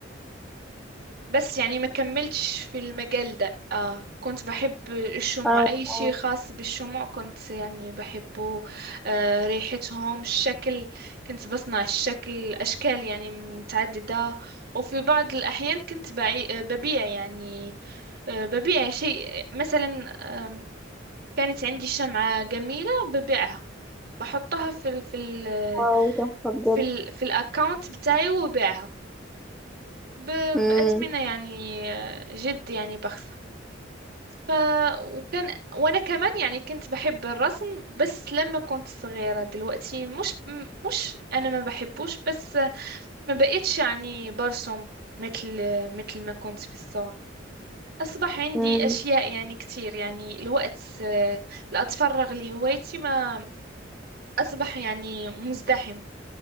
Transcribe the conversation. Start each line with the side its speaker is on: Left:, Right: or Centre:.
Right: بس يعني ما كملتش في المجال ده آه كنت بحب الشموع
Centre: اه
Right: أي شيء
Centre: اه
Right: خاص بالشموع كنت يعني بحبه آه ريحتهم الشكل كنت بصنع الشكل أشكال يعني متعددة وفي بعض الأحيان كنت بعي... آه، ببيع يعني آه ببيع شيء مثلا آم، كانت عندي شمعة جميلة ببيعها بحطها في ال... في ال...
Centre: واو تحفة بجد
Right: في ال... في الأكاونت بتاعي وببيعها ب...
Centre: مم.
Right: بأثمنة يعني آه، جد يعني بخس ف وكان وانا كمان يعني كنت بحب الرسم بس لما كنت صغيرة دلوقتي مش مش انا ما بحبوش بس ما بقيتش يعني برسم مثل مثل ما كنت في الصغر اصبح عندي
Centre: مم.
Right: اشياء يعني كتير يعني الوقت آه، اللي اتفرغ لهوايتي ما اصبح يعني مزدحم